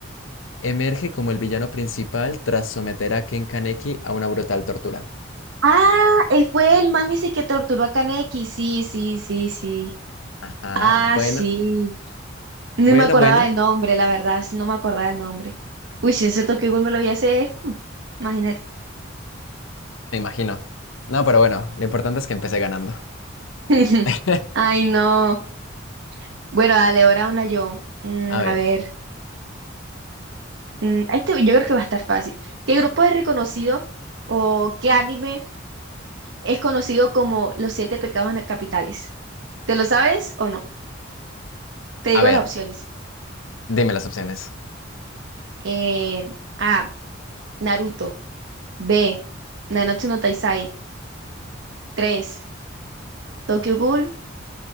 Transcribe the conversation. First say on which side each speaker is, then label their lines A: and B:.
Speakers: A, on the left; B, on the right.
A: emerge como el villano principal tras someter a Ken Kaneki a una brutal tortura.
B: Ah, él fue el man ese que torturó a Kaneki. Sí, sí, sí, sí.
A: Ajá,
B: Ah,
A: bueno,
B: sí. no
A: bueno,
B: me acordaba
A: bueno,
B: del nombre, la verdad, sí, no me acordaba del nombre. Uy, si ese Tokyo Ghoul me lo vi hace, mm, imagínate.
A: me imagino. No, pero bueno, lo importante es que empecé ganando.
B: <laughs>
A: <laughs>
B: Ay, no. Bueno, dale, ahora una yo. Mm,
A: A ver,
B: a ver, mm, este yo creo que va a estar fácil. ¿Qué grupo es reconocido o qué anime es conocido como Los Siete Pecados na- Capitales? ¿Te lo sabes o no? Te digo
A: a ver,
B: las opciones.
A: dime las opciones.
B: Eh, A, Naruto. B, Nanatsu no Taizai. tres Tokyo Ghoul.